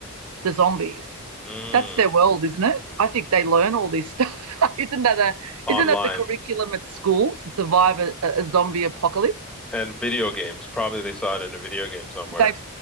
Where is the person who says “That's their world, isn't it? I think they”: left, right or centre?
Right